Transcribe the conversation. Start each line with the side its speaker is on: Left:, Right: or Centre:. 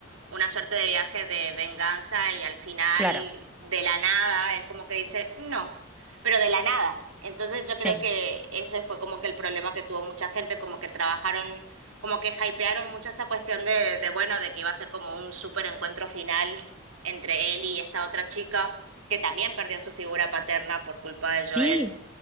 Right: una suerte de viaje de venganza y al final
Centre: Claro,
Right: de la nada es como que dice no, pero de la nada. Entonces yo
Centre: sí.
Right: creo que ese fue como que el problema que tuvo mucha gente, como que trabajaron, como que hypearon mucho esta cuestión de, de bueno, de que iba a ser como un súper encuentro final entre Ellie y esta otra chica. que también perdió su figura paterna por culpa de Joel.
Centre: Sí,